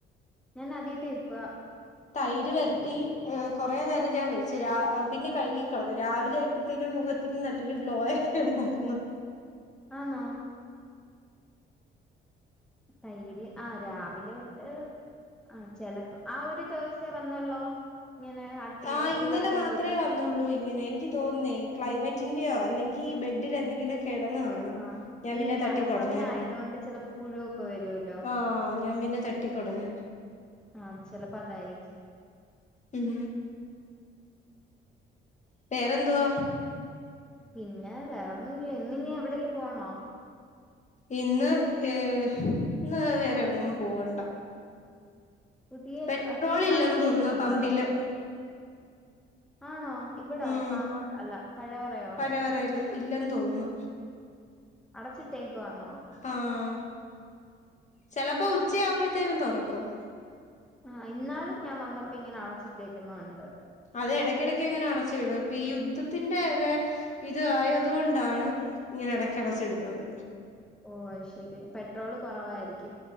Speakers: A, in the centre; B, on the left.
A: ഞാൻ ആദ്യായിട്ടേക്കുവ
B: തൈര് വരട്ടി ഏ കൊറേ നേരം ഞാൻ വെച്ചു രാ അ പിന്നെ കഴുകിക്കളഞ്ഞു രാവിലെ ആയപ്പൊത്തിനും മുഖത്തിനും നല്ലൊരു ഗ്ലോയൊക്കെണ്ടാർന്നു
A: ആന്നോ തൈര് ആ രാവിലെ ഒട്ട് ആ ചെലപ്പൊ ആ ഒരു ദെവസേ വന്നൊള്ളോ ഇങ്ങനെ ആട്ടി
B: ആ ഇന്നലെ
A: പുഴുവാട്ടീന്റെ
B: മാത്രേ
A: കൂട്ട്
B: വന്നുള്ളൂ ഇങ്ങനെ എനിക്ക് തോന്നേ ക്ലൈമറ്റിന്റെയോ അല്ലെങ്കിൽ ബെഡിൽ എന്തെങ്കിലും കിടന്ന് കാണും
A: ആഹ്
B: ഞാൻ
A: ഈ
B: പിന്നെ
A: മഴ
B: തട്ടിക്കൊടഞ്ഞായിരുന്നു
A: സമയായതോണ്ട് ചെലപ്പൊ പുഴുവൊക്കെ വരുവല്ലോ
B: ആഹ് ഞാൻ പിന്നെ തട്ടിക്കൊടഞ്ഞു
A: ആ ചെലപ്പം അത് തായിരിക്കും
B: ഉം വേറെന്തുവാ
A: പിന്നെ വേറെന്നും ഇല്ലേ ഇന്നിനി എവിടേലും പോണോ
B: ഇന്ന് ഏഹ് ഇന്ന് വേറെ എങ്ങും പോവണ്ട
A: പുതിയ
B: പെട്രോൾ
A: നീ ക്ലാസ്
B: ഇല്ലെന്ന്
A: കേക്കുന്നുണ്ടോ
B: തോന്നുന്നു പമ്പില്
A: ആണോ ഇവിടോ
B: ഉം
A: പാങ്ങോട്ട് അല്ല പഴവറയോ
B: പഴവറയില് ഇല്ലെന്ന് തോന്നുന്നു
A: അടച്ചിട് തേക്കുവാന്നോ
B: ആഹ് ചെലപ്പോ ഉച്ചയാവുമ്പത്തേനും തൊറക്കും
A: ആ ഇന്നാളും ഞാൻ വന്നപ്പോ ഇങ്ങനെ അടച്ചിട്ടേക്കുന്നുണ്ട്
B: അതെ ഇടക്കിടക്ക് അങ്ങനെ അടച്ചിടും ഇപ്പൊ ഈ യുദ്ധത്തിന്റെ ഒക്കെ ഇത് ആയത് കൊണ്ടാണ് ഇങ്ങനെ ഇടക്ക് അടച്ചിടുന്നത്
A: ഓ അയ്ശരി പെട്രോള് കുറവായിരിക്കും